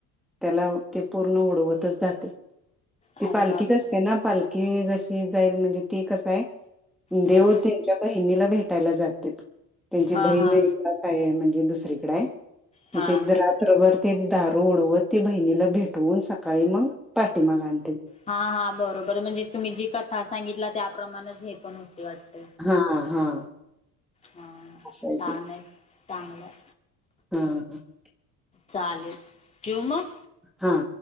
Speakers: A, in the centre; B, on the left (about 20°).
A: त्याला ते पूर्ण उडवतच जाते. ते
B: अरे
A: पालखीच
B: बापरे
A: असते ना, पालखी जशी जाईल म्हणजे, ते कसयं देव
B: हम्म
A: त्यांच्या बहिणीला भेटायला जातात. त्यांची
B: हा
A: बहीण
B: हा
A: एकास आहे, म्हणजे दुसरीकडे आहे
B: हा
A: मगं ते रात्रभर ते दारू उडवत, ते बहिणीला भेटवून सकाळी मगं पाठीमाग आण
B: हा, हा, बरोबर म्हणजे तुम्ही जी कथा सांगितला, त्याप्रमाणच हे पण होत वाटत,
A: हा हा
B: हम
A: असं
B: छान
A: ते
B: आहे. चांगलायं.
A: हा ह. <unintelligible>
B: चालेल ठेवू मगं?
A: हा